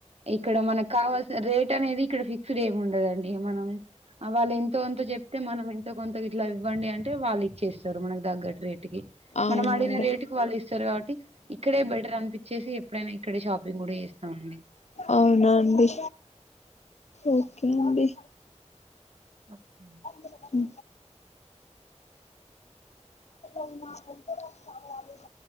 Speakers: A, on the right (about 60°); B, on the left (about 70°).
A: ఇక్కడ మనకు కావాల్సి రేట్ ట అనేది ఇక్కడ ఫిక్స్డ్ ఏమి ఉండదండి. మనం వాళ్ళు ఎంతో కొంత చెప్తే మనం ఎంతో కొంత ఇట్లా ఇవ్వండి అంటే వాళ్ళు ఇచ్చేస్తా తరు మనకు తగ్గట్టు రేట్కి
B: అవునండి
A: మనం అడిగిన రేట్ వాళ్ళు ఇస్తారు కాబట్టి ఇక్కడే బెటర్ అనిపించేసి ఎప్పుడైనా ఇక్కడే షాపింగ్ కూడా చేస్తామండి.
B: అవునండి ఓకే అండి
A: ఓకే అండి
B: ఉహు <unintelligible>